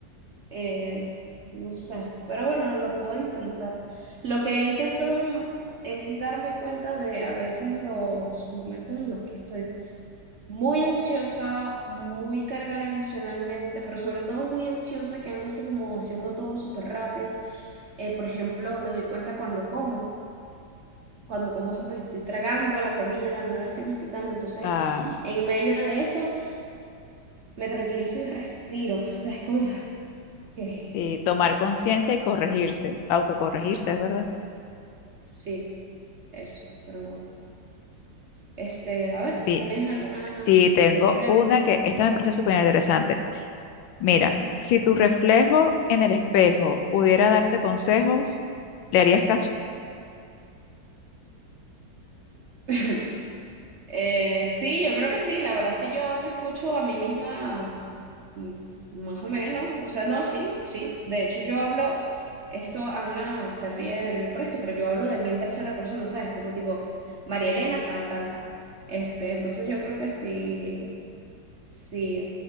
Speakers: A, on the right; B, on the left.
A: eh, no sé, pero bueno, lo puedo intentar. Lo que he intentado es darme cuenta de a veces los momentos en los que estoy muy ansiosa, muy cargada emocionalmente, pero sobre todo muy ansiosa, que ando así como haciendo todo súper rápido. Eh, por ejemplo, me doy cuenta cuando como, cuando como me estoy tragando la comida, no la estoy masticando, entonces
B: Ah,
A: en medio de eso me tranquilizo y respiro, <laughs> o sea, es como que
B: sí, tomar conciencia y corregirse, autocorregirse, es verdad.
A: sí, eso, pero bueno. Este, a ver,
B: Bien,
A: ¿tienes alguna,
B: sí, tengo
A: se te ocurre algo?
B: una que esta me parece súper interesante. Mira, si tu reflejo en el espejo pudiera darte consejos, ¿le harías caso?
A: <laughs> Eh, sí, yo creo que sí. La verdad es que yo me escucho a mí misma mm, más o menos. O sea, no, sí, sí. De hecho, yo hablo, esto Ana se ríe de mí por esto, pero yo hablo de mí en tercera persona, ¿sabes? Como tipo, María Elena, tal, tal, tal. Este, entonces yo creo que sí, si